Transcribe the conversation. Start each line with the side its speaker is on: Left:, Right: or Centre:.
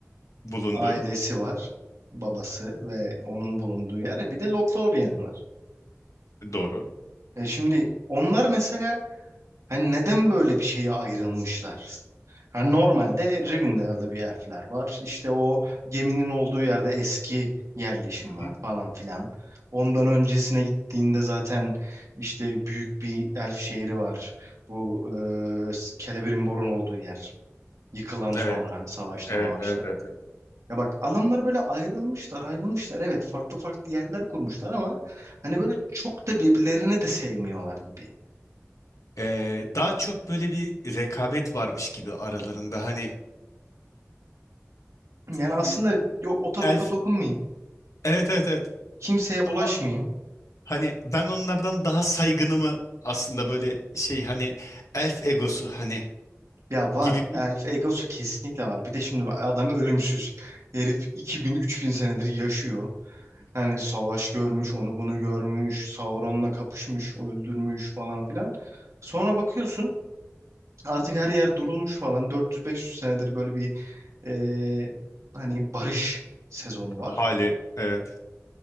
Left: Bulundu.
Right: ailesi var. Babası ve onun bulunduğu yer. Bir de Lothlorian var.
Left: Doğru.
Right: E şimdi onlar mesela Hani neden böyle bir şeye ayrılmışlar? Hani normalde Rivendell'da bir elfler var. İşte o geminin olduğu yerde eski yerleşim
Left: Hı hı.
Right: var falan filan. Ondan öncesine gittiğinde zaten işte büyük bir elf şehri var. Bu e, Celebrimbor'un olduğu yer. Yıkılan sonra
Left: Evet.
Right: savaşta
Left: Evet,
Right: mavaşta.
Left: evet, evet, evet.
Right: Ya bak adamlar böyle ayrılmışlar ayrılmışlar. Evet farklı farklı yerler kurmuşlar ama hani böyle çok da birbirlerini de sevmiyorlar gibi.
Left: Ee, daha çok böyle bir rekabet varmış gibi aralarında hani
Right: Yani
Left: e,
Right: aslında yok ota
Left: elf
Right: boka dokunmayayım.
Left: evet evet evet
Right: Kimseye bulaşmayayım.
Left: ama hani ben onlardan daha saygınımı aslında böyle şey hani elf egosu hani
Right: Ya var.
Left: gibi bir
Right: Elf egosu kesinlikle var. Bir de şimdi bak, adam ölümsüz. Herif 2000-3000 senedir yaşıyor. Hani savaş görmüş, onu bunu görmüş, Sauron'la kapışmış, öldürmüş falan filan. Sonra bakıyorsun artık her yer durulmuş falan. 400-500 senedir böyle bir e, hani barış sezonu var.
Left: hali evet.